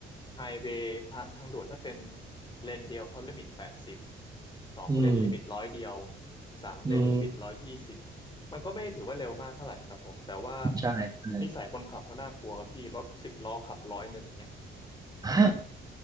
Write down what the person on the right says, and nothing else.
อืม
อืม
ใช่ใช่
ฮะ